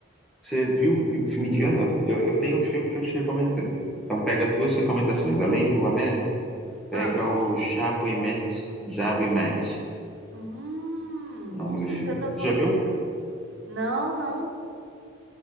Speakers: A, in the centre; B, on the right.
A: você viu, viu filme indiano? Eu, eu tenho um filme que eu te recomendo também. Então pega duas recomendações. Além do Amélie, pega
B: Ah.
A: o Jabu e Mete. Jabu e Mete,
B: Hum,
A: o
B: com
A: nome
B: certeza
A: do filme.
B: eu vou
A: Você já
B: pegar.
A: viu?
B: Não, não.